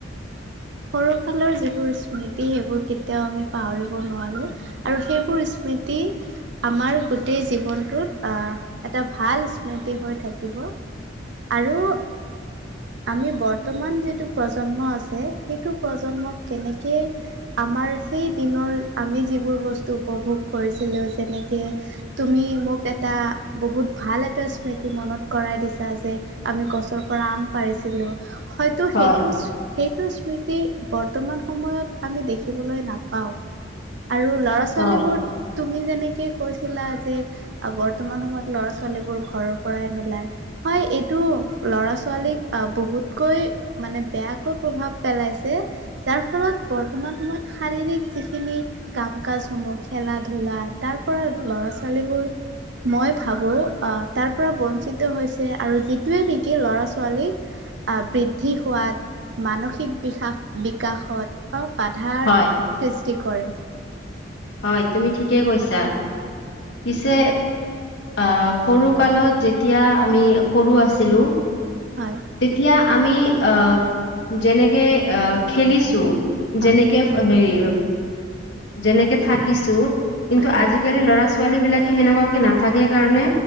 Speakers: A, on the right; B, on the left.
A: সৰু ফালৰ যিবোৰ স্মৃতি সেইবোৰ কেতিয়াও আমি পাহৰিব নোৱাৰোঁ আৰু সেইবোৰ স্মৃতি আমাৰ গোটেই জীৱনটোত এটা ভাল স্মৃতি হৈ থাকিব আৰু আমি বৰ্তমান যিটো প্ৰজন্ম আছে সেইটো প্ৰজন্মক কেনেকেই আমাৰ সেই দিনৰ আমি যিবোৰ বস্তু উপভোগ কৰিছিলো, যেনেকে তুমি মোক এটা বহুত ভাল এটা স্মৃতি মনত কৰাই দিছা যে আমি গছৰ পৰা আম পাৰিছিলো হয়তো
B: হয়
A: সেইটো সেই তুচ স্মৃতি বৰ্তমান সময়ত আমি দেখিবলৈ নাপাওঁ। আৰু ল'ৰা ছোৱালীবোৰ
B: হয়
A: তুমি যেনেকে কৈছিলা যে বৰ্তমান সময়ত ল'ৰা- ছোৱালীবোৰ ঘৰৰ পৰাই নোলায় হয় এইটো ল'ৰা ছোৱালীক বহুতকৈ মানে বেয়াকৈ প্ৰভাৱ পেলাইছে, যাৰ ফলত বৰ্তমান সময়ত শাৰীৰিক যিখিনি কাম কাজসমূহ খেলা ধূলা তাৰ পৰা ল'ৰা- ছোৱালীবোৰ মই ভাবো আহ তাৰ পৰা বঞ্চিত হৈছে আৰু যিটোৱে নেকি ল'ৰা -ছোৱালীক আহ বৃদ্ধি হোৱাত মানসিক বিকাশ বিকাশত বাধাৰ
B: হয়
A: সৃষ্টি কৰে।
B: হয় তুমি ঠিকে কৈছা, পিছে আহ সৰু কালত যেতিয়া আমি সৰু আছিলো
A: হয়
B: তেতিয়া আমি আ যেনেকে আ খেলিছোঁ
A: হয়
B: যেনেকে হেৰি যেনেকে থাকিছো কিন্তু
A: হয়
B: আজিকালি ল'ৰা ছো ছোৱালী বিলাকে সেনেকুৱাকে নাথাকে কাৰণে